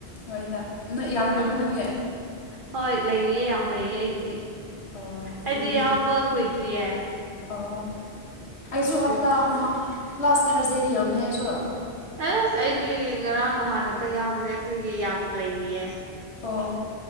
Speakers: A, on the left; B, on the right.
A: ꯍꯣꯏꯗ ꯅꯣꯏ ꯌꯥꯝꯔꯤꯕ
B: ꯑ
A: ꯅꯪꯒꯤ
B: ꯍꯣꯏ ꯂꯩꯔꯤꯌꯦ ꯌꯥꯝ ꯂꯩꯌꯦ ꯑꯩꯒꯤꯗꯤ
A: ꯑꯣ ꯑꯗꯨꯗꯤ
B: ꯑꯩꯗꯤ ꯌꯥꯎꯕ ꯀꯨꯏꯗ꯭ꯔꯤꯌꯦ
A: ꯑꯣ ꯑꯩꯁꯨ
B: ꯑꯗꯨꯒꯤ
A: ꯍꯞꯇꯥ ꯑꯃ ꯂꯥꯁ ꯊꯥꯔꯁꯗꯦꯗ ꯌꯎꯕꯅꯦ ꯑꯩꯁꯨ
B: ꯑꯦꯁ ꯑꯩꯗꯤ ꯉꯔꯥꯡ ꯅꯍꯥꯟ ꯉꯇ ꯌꯥꯎꯕꯅꯦ ꯑꯗꯨꯒꯤ ꯌꯥꯝ ꯂꯩꯔꯤꯌꯦ
A: ꯑꯣ